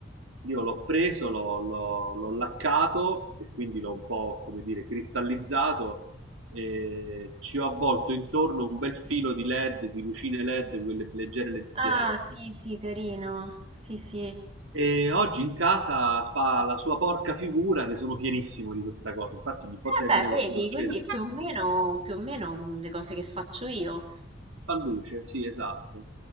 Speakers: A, on the right; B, on the right.
A: Io l'ho preso, l'ho l'ho- l'ho laccato e quindi l'ho un po', come dire, cristallizzato e ci ho avvolto intorno un bel filo di LED, di lucine LED, quelle leggere leggere.
B: ah, sì, sì, carino. Sì, sì.
A: E oggi in casa fa la sua porca figura, ne sono fierissimo di questa cosa. Infatti, ogni volta
B: Eh
A: che
B: beh,
A: viene qualcuno
B: vedi,
A: a cena
B: quindi è più o meno, più o meno le cose che faccio io.
A: fa luce, sì, esatto.